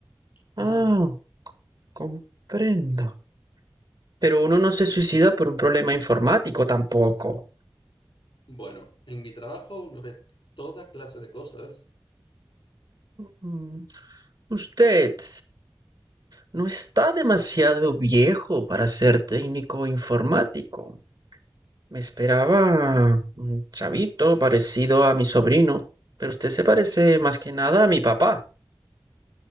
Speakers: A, on the right; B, on the left.
A: Ah,
B: Ah,
A: comprendo. Pero uno no se suicida por un problema informático tampoco.
B: bueno, en mi trabajo uno ve toda clase de cosas.
A: Mm, Usted no está demasiado viejo para ser técnico informático. Me esperaba un chavito parecido a mi sobrino, pero usted se parece más que nada a mi papá.